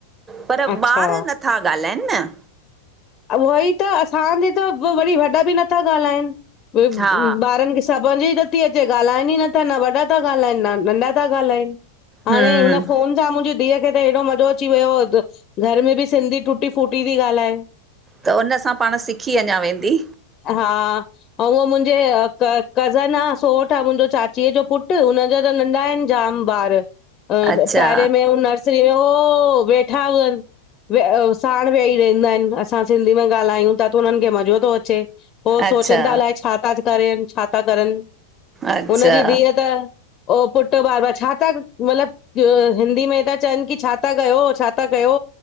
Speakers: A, on the right (about 15°); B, on the left (about 30°).
A: पर
B: अच्छा
A: ॿार नथा ॻाल्हाइन न
B: उहई त असांजे त वरी वॾा बि नथा ॻाल्हाइन। ई
A: हा
B: ॿारन खे स ई त अचे ॻालाइन ही न था न वडा त ॻालाइन न नंढा था ॻालाइन हाणे
A: हम्म
B: हिन फो छा मुंहिंजी धीउ खे त हेॾो मज़ो अची वियो घर में बि सिंधी टुटी फूटी थी ॻाल्हाए।
A: त उनसां पाण सिखी अञा वेंदी।
B: हा अउ हो मुंजे अ कर कज़न आहे सोठ आ मुंजो चाचीअ जो पुट हुनजा त नंढा आहिन जाम ॿार। अ
A: अच्छा
B: पहिरे में उ नर्स वेठा हुजन साण वेयाी रहंदा आहिन असां सिंधी में ॻाल्हायूं था त हुनन खे मज़ो थो अचे ओ
A: अच्छा
B: सोचन था अलाए छा था करे छा था करन
A: अच्छा
B: हुन जी धीअ त ओ पुट ॿार बार छा था मतलब हिंदी में था चवन कि छा था कयो छा था कयो?